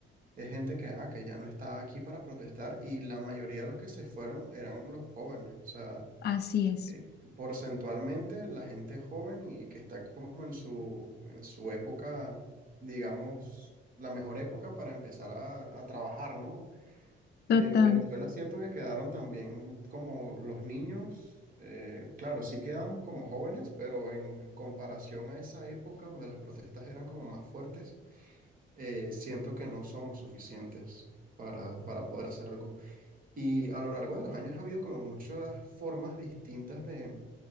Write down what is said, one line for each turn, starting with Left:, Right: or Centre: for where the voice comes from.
Right: Es gente que, ajá, que ya no está aquí para protestar y la mayoría de los que se fueron eran los jóvenes, o sea,
Left: así es,
Right: eh, porcentualmente la gente joven y, y que está como en su, en su época, digamos, la mejor época para empezar a, a trabajar, ¿no?
Left: total,
Right: Eh, en Venezuela siento que quedaron también como los niños, eh, claro, sí quedamos como jóvenes, pero en comparación a esa época donde las protestas eran como más fuertes, eh, siento que no somos suficientes para, para poder hacer algo. Y a lo largo de los años ha habido como muchas formas distintas de